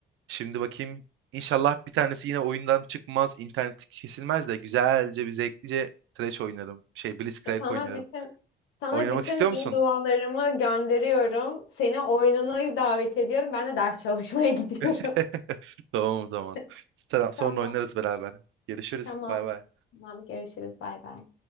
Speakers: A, on the right (about 80°); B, on the left (about 75°).
A: Şimdi bakayım. İnşallah bir tanesi yine oyundan çıkmaz. internet kesilmez de güzelce bir zevklice Thresh oynarım. Şey Blitzcrank
B: E, Sana
A: oynarım.
B: bütün sana
A: Oynamak
B: bütün
A: istiyor musun?
B: iyi dualarımı gönderiyorum. Seni oyununa davet ediyorum. Ben de ders çalışmaya <laughs> gidiyorum.
A: <laughs> Tamam o zaman.
B: <laughs>
A: Sonra
B: Tamam,
A: oynarız beraber. Görüşürüz.
B: tamam.
A: Bay bay.
B: Tamam, görüşürüz. Bay bay.